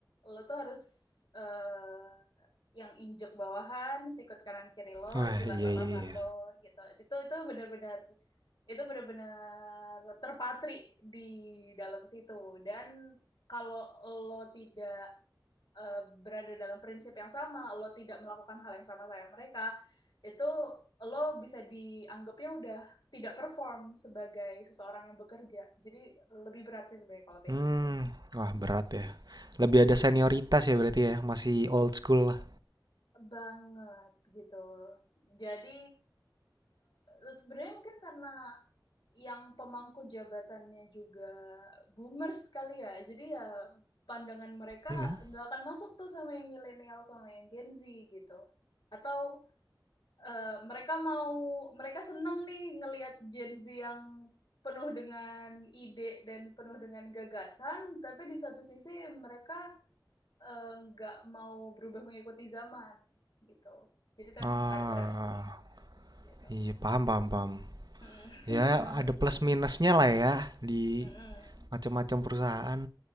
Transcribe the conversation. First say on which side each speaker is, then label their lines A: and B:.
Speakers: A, on the left; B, on the right.
A: lo tuh harus eh, yang injek bawahan, sikut kanan kiri lo,
B: Wah,
A: jilat
B: iya
A: atasan
B: iya iya.
A: lo gitu. Itu itu benar-benar itu benar-benar terpatri di dalam situ dan kalau lo tidak eh, berada dalam prinsip yang sama, lo tidak melakukan hal yang sama kayak mereka, itu lo bisa dianggapnya udah tidak perform sebagai seseorang yang bekerja. Jadi lebih berat sih sebenarnya kalau banking.
B: Hmm, wah
A: Hmm,
B: berat ya. Lebih ada
A: memang
B: senioritas ya berarti ya, masih old school lah.
A: banget gitu. Jadi eh, sebenarnya mungkin karena yang pemangku jabatannya juga boomers kali ya. Jadi ya pandangan mereka
B: Mm-mm.
A: nggak akan masuk tuh sama yang milenial sama yang Gen Z gitu. Atau eh, mereka mau mereka seneng nih ngelihat Gen Z yang penuh dengan ide dan penuh dengan gagasan, tapi di satu sisi mereka eh, nggak uh, mau berubah mengikuti zaman gitu. Jadi itu emang
B: Ah,
A: rada berat sih gitu.
B: iya paham paham paham.
A: Mm-mm.
B: Ya ada plus minusnya lah ya di
A: <laughs> Mm-mm.
B: macam-macam perusahaan.